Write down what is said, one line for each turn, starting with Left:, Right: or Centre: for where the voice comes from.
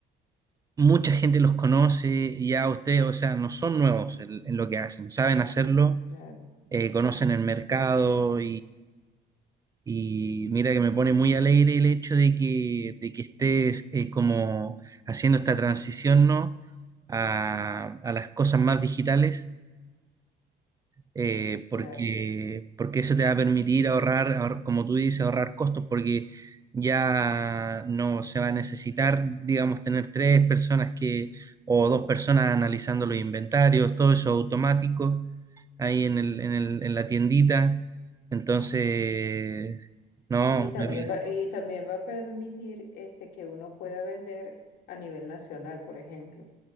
Right: mucha gente los conoce, ya ustedes, o sea, no son nuevos en, en lo que hacen, saben hacerlo,
Left: claro,
Right: eh, conocen el mercado Y mira que me pone muy alegre el hecho de que, de que estés eh, como haciendo esta transición, ¿no? A, a las cosas más digitales, eh, porque,
Left: claro.
Right: porque eso te va a permitir ahorrar, ahor- como tú dices, ahorrar costos, porque ya no se va a necesitar, digamos, tener tres personas que, o dos personas analizando los inventarios, todo eso automático ahí en el, en el, en la tiendita. Entonces, no,
Left: Y también
Right: me parece
Left: va, y también va a permitir este, que uno pueda vender a nivel nacional, por ejemplo.